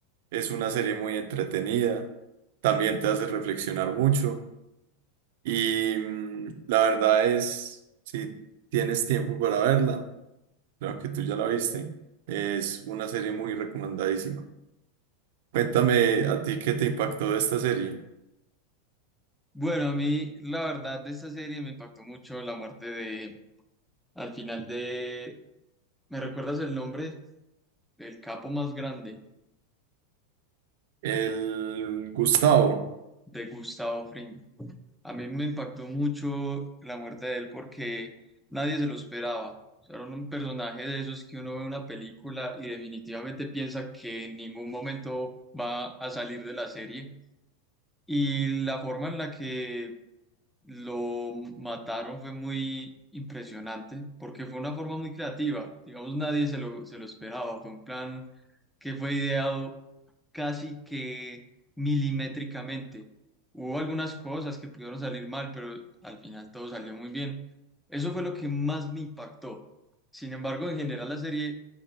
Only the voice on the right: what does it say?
es una serie muy entretenida, también te hace reflexionar mucho y mm, la verdad es, si tienes tiempo para verla, creo que tú ya la viste, es una serie muy recomendadísima. Cuéntame a ti qué te impactó de esta serie.
El Gustavo,